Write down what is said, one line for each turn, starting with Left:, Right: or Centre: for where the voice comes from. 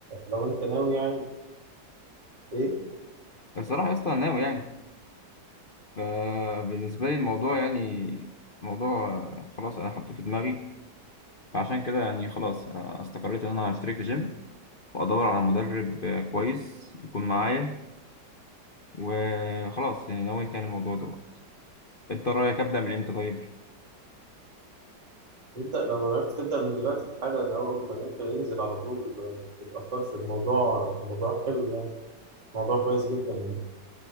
Right: لو انت ناوي يعني ايه
Left: بس صراحة يا اسطى أنا ناوي يعني فبالنسبة لي الموضوع يعني موضوع آه، خلاص أنا حطيته في دماغي فعشان كده يعني خلاص آه، استقريت إن أنا هشترك في جيم وأدور على مدرب آه، كويس يكون معايا وخلاص يعني نويت يعني الموضوع دوت أنت رأيك أبدأ من إمتى طيب؟
Right: نبدا لو عرفت تبدا من دلوقتي حالا من اول ما نقفل انزل على طول آه، ما تتاخرش الموضوع الموضوع حلو يعني الموضوع كويس جدا يعني.